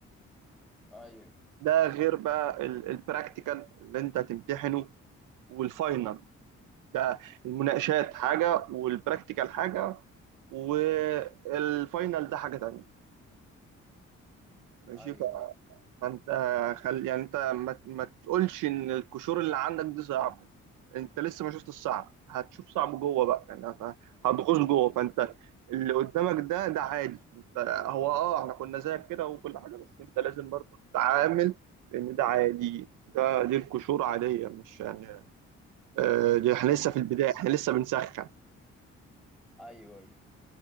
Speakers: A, in the centre; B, on the right.
A: ايوه
B: ده غير بقى ال- البراكتيكال اللي انت هتمتحنه والفاينل ده المناقشات حاجة والبراكتيكال حاجة والفاينل ده حاجة تانية ماشي
A: ايوه ايوه
B: فانت خل يعني انت ما, ما تقولش ان القشور اللي عندك دي صعبه انت لسه ما شفت الصعب هتشوف صعب جوه بقى يعني هت- هتغوص جوه فانت اللي قدامك ده ده عادي انت هو اه احنا كنا زيك كده وكل حاجه بس انت لازم برضه تتعامل لان ده عادي ده دي القشور عاديه مش يعني آه دي احنا لسه في البدايه احنا لسه بنسخن
A: ايوه ايوه